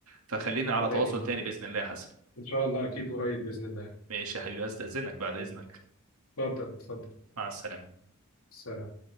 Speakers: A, on the right (about 80°); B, on the left (about 80°).
A: فخلينا
B: الله
A: على تواصل
B: يعينك
A: تاني باذن الله يا حسن
B: ان شاء الله اكيد قريب باذن الله
A: ماشي يا حبيبي هستأذنك بعد
B: أوكي.
A: اذنك
B: اتفضل اتفضل
A: مع السلامة
B: سلام